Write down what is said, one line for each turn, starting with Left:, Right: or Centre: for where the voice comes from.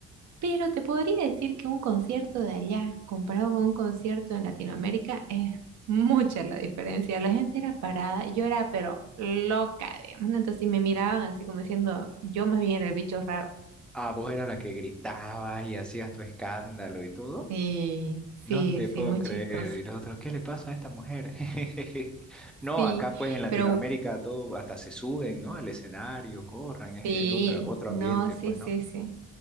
Right: Pero te podría decir que un concierto de allá comparado con un concierto en Latinoamérica es mucha la diferencia. La gente era parada, yo era pero loca, digamos, ¿no? Entonces si me miraban así como diciendo, yo más bien era el bicho raro.
Centre: Ah, vos eras la que gritabas y hacías tu escándalo y todo.
Right: Sí, sí,
Centre: No te
Right: sí,
Centre: puedo
Right: muy
Centre: creer.
Right: chistoso.
Centre: Y los otros, ¿qué le pasa a esta mujer? <laughs> No,
Right: Sí,
Centre: acá pues en Latinoamérica
Right: pero
Centre: todo hasta se suben, ¿no? Al escenario, corren, es,
Right: Sí,
Centre: es otra, otro
Right: no,
Centre: ambiente,
Right: sí,
Centre: pues,
Right: sí,
Centre: ¿no?
Right: sí.